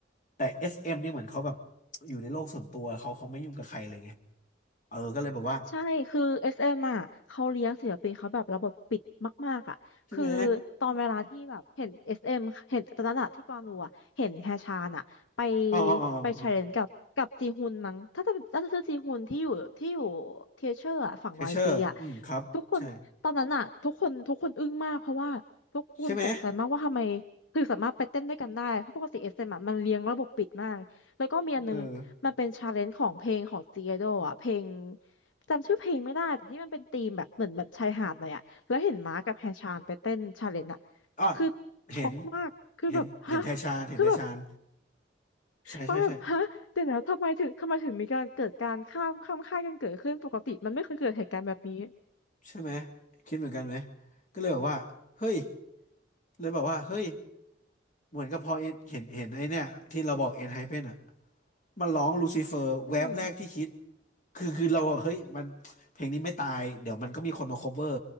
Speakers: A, on the left; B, on the left.
A: แต่เอสเอ็มนี่เหมือนเขาแบบอยู่ในโลกส่วนตัวเขาเขาไม่ยุ่งกับใครเลยไงเออก็เลยแบบว่า
B: ใช่คือ SM อสเอ็มอ่ะเขาเลี้ยงศิลปินเขาแบบระบบปิดมากๆอ่ะคือ
A: ใช่ไหม
B: ตอนเวลาที่แบบเห็น SM เอ็มเห็นตอนนั้นอะที่กวางดูอ่ะ เห็นแฮชานอ่ะไป
A: อ๋ออ๋ออ๋ออ๋อ
B: ไปแชร์เลนกับกับจีฮุนมั้งถ้าจะถ้าจะชื่อจีฮุนที่อยู่ที่อยู่เทเชอร์อะฝั่งวายจีอ่ะ
A: เทเชอร์อืมครับใช่
B: ทุกคนตอนนั้นอ่ะทุกคนทุกคนอึ้งมากเพราะว่าทุกคนตกใจมากว่าทำไม
A: ใช่ไหม
B: คือสามารถไปเต้นด้วยกันได้เพราะปกติ SM อสเอ็มอะมันเลี้ยงระบบปิดมาก แล้วก็มีอันนึงมันเป็นชาเลนจ์ของเพลงของจีเอโดอ่ะเพลง
A: เออ
B: จำชื่อเพลงไม่ได้แต่ที่มันเป็นธีมแบบเหมือนแบบชายหาดหน่อยอ่ะแล้วเห็นม้ากับแฮชานไปเต้นชาเลนจ์อ่ะ
A: อ่ะ
B: คือช็อกมากคือแบบฮะ
A: เห็นเห็นเห็นไทชานเห็นไทชาน
B: คือแบบ
A: ใช่ใช่ใช่
B: ก็แบบฮะเดี๋ยวนะทำไมถึงทำไมถึงมีการเกิดการข้ามข้ามค่ายกันเกิดขึ้นปกติมันไม่เคยเกิดเหตุการณ์แบบนี้
A: ใช่ไหมคิดเหมือนกันไหมก็เลยบอกว่าเฮ้ยเลยบอกว่าเฮ้ยเหมือนกับพอเห็นเห็นไอ้เนี่ยที่เราบอกเอ็นไฮเพนอ่ะ มันร้องลูซิเฟอร์แวบแรกที่คิด
B: อืม
A: คือคือเราเฮ้ยมันเพลงนี้ไม่ตายเดี๋ยวมันก็มีคนมา cover